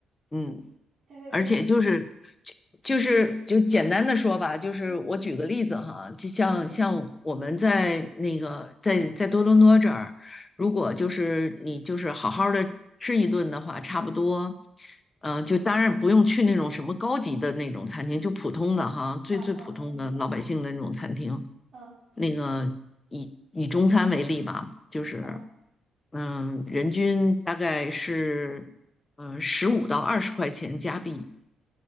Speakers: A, on the left; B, on the right.
A: 嗯，
B: 这边真的很离，
A: 而且就是就就是就简单的说吧，就是我举个例子哈，
B: 嗯
A: 就像像我们在那个在在多伦多这儿，
B: 嗯
A: 如果就是你就是好好的吃一顿的话，差不多，呃，就当然不用去那种什么高级的那种餐厅，就普通的哈，最最普通的老百姓的那种餐厅，
B: 啊啊，我明白，嗯
A: 那个以以中餐为例吧，就是
B: 嗯，
A: 嗯，人均大概是嗯十五到二十块钱加币。